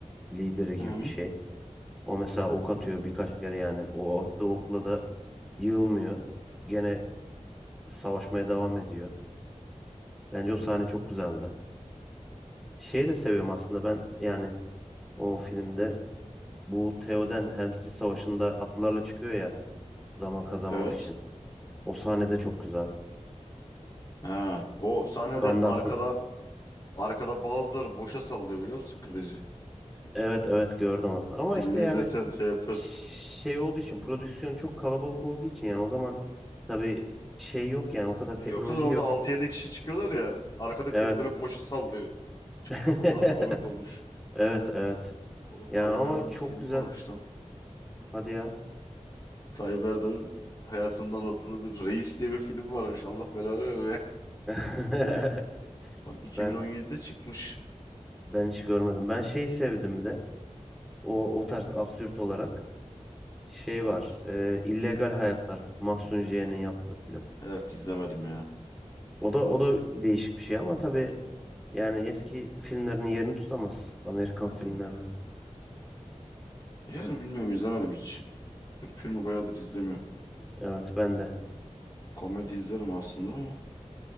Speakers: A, in the centre; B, on the left (about 30°).
A: lideri gibi
B: Hı,
A: bir şey. O mesela ok atıyor birkaç kere yani. O attığı okla da yığılmıyor. Gene savaşmaya devam ediyor. Bence o sahne çok güzeldi. Şeyi de seviyorum aslında ben yani o filmde bu Theoden Helm's Deep Savaşı'nda atlılarla çıkıyor ya zaman kazanmak
B: evet.
A: için. O sahne de çok güzel.
B: Ha, o sahnede
A: Gandalf'ın
B: arkada arkada bazıları boşa sallıyor biliyor musun kılıcı?
A: evet evet gördüm onu. Ama
B: Filmi
A: işte yani
B: izlesen şey yaparsın.
A: şey olduğu için prodüksiyon çok kalabalık olduğu için yani o zaman tabii şey yok yani o kadar teknoloji
B: Yoksa orada
A: yok.
B: 6-7 kişi çıkıyorlar ya. Arkadakileri
A: Evet.
B: böyle boşa sallıyor. Çok
A: <laughs>
B: orası komik olmuş.
A: Evet evet.
B: Oğlum
A: Yani
B: Tayyip
A: ama
B: Erdoğan'ın
A: çok
B: filmi
A: güzel.
B: varmış lan.
A: Hadi ya.
B: Tayyip Erdoğan'ın hayatında anlatılı bir Reis diye bir film varmış. Allah belanı vermeye.
A: <laughs>
B: <laughs> Bak 2017'de
A: Ben
B: çıkmış.
A: ben hiç görmedim. Ben şey sevdim bir de. O o tarz absürt olarak şey
B: Hapus.
A: var. E, İllegal Hayatlar. Mahsun J'nin yaptığı film.
B: Yok izlemedim ya.
A: O da o da değişik bir şey ama tabii yani eski filmlerin yerini tutamaz. Amerikan filmlerini.
B: Hı. Yani bilmiyorum izlemedim hiç. Türk filmi bayağıdır izlemiyorum.
A: Evet ben de.
B: Komedi izlerim aslında ama